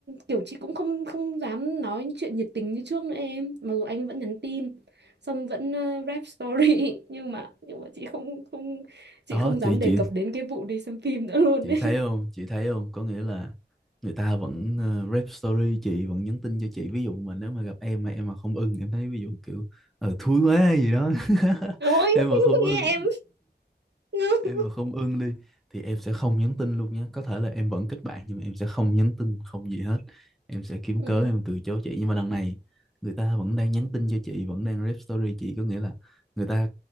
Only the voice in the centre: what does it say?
đó
chị
chị
chị
thấy không chị thấy không có nghĩa là người ta vẫn ờ, rep story chị vẫn nhắn tin cho chị ví dụ mà nếu mà gặp em mà em mà không ưng em thấy ví dụ kiểu ờ thúi quá gì đó <laughs>
em
mà không
ưng
em mà không ưng đi thì em sẽ không nhắn tin luôn nhé có thể là em vẫn kết bạn nhưng mà em sẽ không nhắn tin không gì hết em sẽ kiếm
cớ em từ chối chị nhưng mà đằng này người ta vẫn đang nhắn tin cho chị vẫn đang rep story chị có nghĩa là người ta